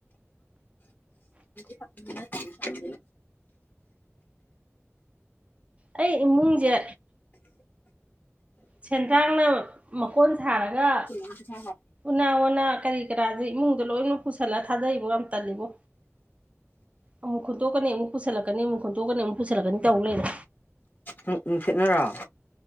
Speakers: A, on the left; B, on the right.
A: ꯊ
B: ꯑꯩ ꯏꯃꯨꯡꯁꯦ ꯁꯦꯟꯗꯥꯡꯅ ꯃꯀꯣꯟ ꯊꯔꯒ
A: ꯊ
B: ꯎꯅꯥ ꯋꯥꯅꯥ ꯀꯔꯤ ꯀꯔꯥꯁꯦ ꯏꯃꯨꯡꯗ ꯂꯣꯏꯅꯃꯛ ꯄꯨꯁꯜꯂꯒ ꯊꯥꯖꯩꯕꯣ ꯌꯥꯝ ꯇꯜꯂꯤꯕꯣ ꯑꯃꯨꯛ ꯈꯨꯟꯇꯣꯛꯀꯅꯤ ꯑꯃꯨꯛ ꯄꯨꯁꯜꯂꯛꯀꯅꯤ ꯑꯃꯨꯛ ꯈꯨꯟꯠꯇꯣꯛꯀꯅꯤ ꯑꯃꯨꯛ ꯄꯨꯁꯜꯂꯛꯀꯅꯤ ꯇꯧ ꯂꯩꯔꯦ
A: ꯎꯅꯨꯡꯁꯤꯠꯅꯔꯣ